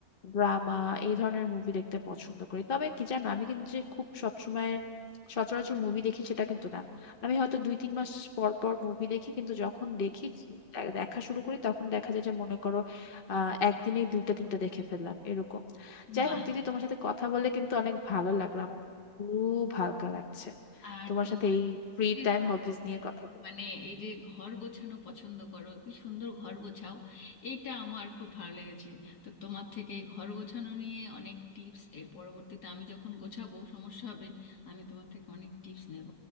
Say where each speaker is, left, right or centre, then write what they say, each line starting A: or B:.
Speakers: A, on the left; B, on the left.
A: ড্রামা এই ধরনের মুভি দেখতে পছন্দ করি তবে কি জানো আমি কিন্তু যে খুব সবসময় সচরাচর মুভি দেখি সেটা কিন্তু না আমি হয়তো দুই তিন মাস পর পর মুভি দেখি কিন্তু যখন দেখি দে- দেখা শুরু করি তখন দেখা যায় যে মনে করো আহ একদিনেই দুইটা তিনটা দেখে ফেললাম এরকম যাই
B: বাহ
A: হোক দিদি তোমার সাথে কথা বলে কিন্তু অনেক ভালো লাগলো আমার খুব হালকা লাগছে
B: আর
A: তোমার
B: তোমার
A: সাথে এই ফ্রি
B: যে
A: টাইম হবিজ নিয়ে কথা বলে
B: মানে এই যে ঘর গোছানো পছন্দ করো কি সুন্দর ঘর গোছাও এইটা আমার খুব ভালো লেগেছে তো তোমার থেকে ঘর গোছানো নিয়ে অনেক টিপস এর পরবর্তীতে আমি যখন গোছাবো সমস্যা হবে আমি তোমার থেকে অনেক টিপস নেব